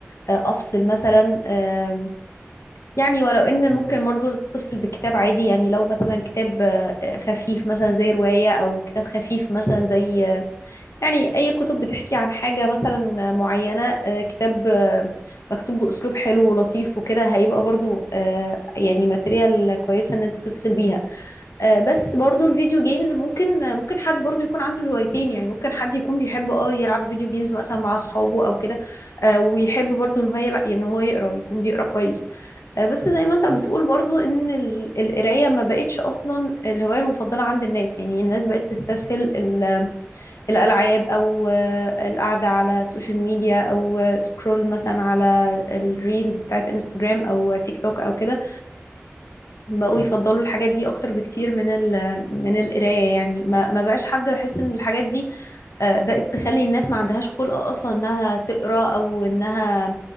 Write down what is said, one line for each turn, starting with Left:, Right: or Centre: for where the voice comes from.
Left: آه، افصل مثلا آم، يعني ولو ان
Centre: مم،
Left: ممكن برضو تفصل بكتاب عادي يعني لو مثلا كتاب آه، آه، خفيف مثلا زي روايه او كتاب خفيف مثلا زي يعني أي كتب بتحكي عن حاجة مثلا معينة آه، كتاب آه، مكتوب بأسلوب حلو ولطيف وكده هيبقى برضو آه، يعني ماتريال كويسة إن أنت تفصل بيها آه، بس برضو الفيديو جيمز ممكن آه، ممكن حد برضو يكون عنده الهوايتين يعني ممكن حد يكون بيحب اه يلعب فيديو جيمز مثلا مع أصحابه أو كده آه، ويحب برضو إن هو يلع- إن هو يقرأ ويكون بيقرأ كويس آه، بس زي ما انت بتقول
Centre: مم،
Left: برضو ان ال- القراية ما بقتش اصلا الهواية المفضلة عند الناس يعني الناس بقت تستسهل ال الألعاب أو آه، القعدة على السوشيال ميديا أو آه، سكرول مثلا على الريلز بتاعت انستجرام أو تيك توك أو كده بقوا
Centre: مم،
Left: يفضلوا الحاجات دي أكتر بكتير من ال من القراية يعني ما ما بقاش حد بحس إن الحاجات دي آه، بقت تخلي الناس ما عندهاش خلق أصلا إنها تقرأ أو إنها